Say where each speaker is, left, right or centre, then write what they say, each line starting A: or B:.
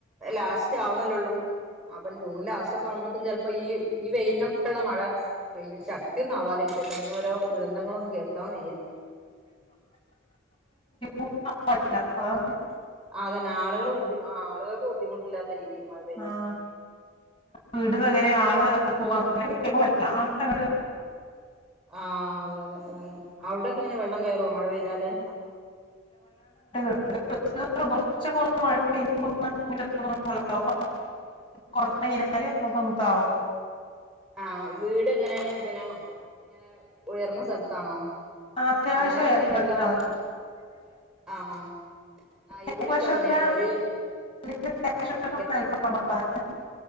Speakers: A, in the centre; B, on the left.
A: ലാസ്റ്റ വുന്നല്ലേള്ളൂ അപ്പൽ ജൂൺ ലാസ്റ്റോക്കെമ്പഴ്ത്ത്ക്കും ചില പ്പൊ ഈ ഈ വെയിലിനൊക്കെള്ള മഴ പെയും ശക്തിയൊന്നവാതിരിക്കട്ടെ ഇനീ ഓരോ ദുരന്തങ്ങളൊന്നും കേ ക്കാൻ വയ്യ
B: മഴ പറ്റില്ല ആ
A: ആതന്നെ ആളുകളെ ബുദ്ധി ആളുകൾക്ക് ബുദ്ധിമുട്ടില്ലാത്ത രീതിൽ മഴ പെയ്താ
B: ആഹ്
A: മതി
B: വീട് തകരെ ആള് പോവാ അങ്ങനെക്കൊ കേൾ
A: ആഹ അതെ അതെ അതന്നെ അവിടെക്കെങ്ങനെ വെള്ളം കേറോ മഴ പെയ്താല്
B: ഇവിടെ കുറച്ച് മഴ പെയ്യുമ്പോൾ തന്നെ മുറ്റത്തൊക്കെ വെള്ളവും കുറെ കഴിഞ്ഞാൽ അതൊക്കെ താവും
A: ആ വീട് എങ്ങനെണ് പിന്നെ ഇങ്ങനെ ഉയർന്ന സ്ഥലത്താണോ
B: അത്യാവശ്യം
A: അങ്ങനെ ആവുമ്പോ
B: ഉയർന്ന
A: പിന്നെ വെള്ളം
B: സ്ഥലത്താണ്
A: കേറും ആഹ് ആഹ്
B: ഇപ്രാവശ്യം
A: ഇവിടെയൊക്കെ അങ്ങനെയാണ്
B: ഒക്കെ
A: ഒരു
B: വെയിലും
A: ആഹ്
B: മഴയും കുറവാണ്